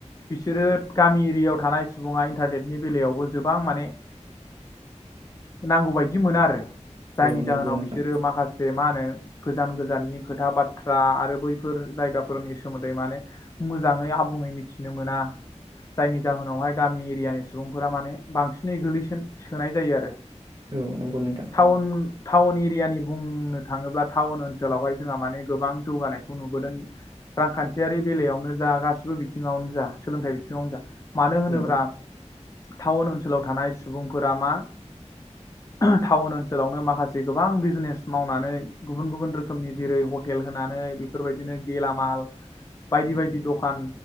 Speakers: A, on the left; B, on the right.
A: बिसोरो गामि एरियायाव थानाय सुबुङा इन्टारनेटनि बेलायावबो गोबां माने नांगौ बायदि मोना आरो जायनि
B: औ नंगौ
A: जाहोनाव
B: नोंथां
A: बिसोरो माखासे मा होनो गोजान गोजाननि खोथा बाथ्रा आरो बैफोर जायगाफोरनि सोमोन्दै माने मोजाङै आबुङै मिथिनो मोना जायनि जाहोनावहाय गामि एरियानि सुबुंफोरा माने बांसिन नै गोलै सोन सोनाय जयो आरो
B: औ नंगौ नोंथां
A: टाउन टाउन एरियानि बुंनो थाङोब्ला टाउन ओनसोलावहाय जोंहा माने गोबां जौगानायखौ नुबोदों रांखान्थियारि बेलायावनो जा गासिबो बिथिङावनो जा सोलोंथाइ बिथिङावनो जा मानो होनोब्रा
B: औ
A: टाउन ओनसोलाव थानाय सुबुंफोरा मा टाउन ओनसोलावनो माखासे गोबां बिजनेस मावनानै गुबुन गुबुन रो खोमनि जेरै हटेल होनानै बेफोरबायदिनो गेलामाल बायदि बायदि दखान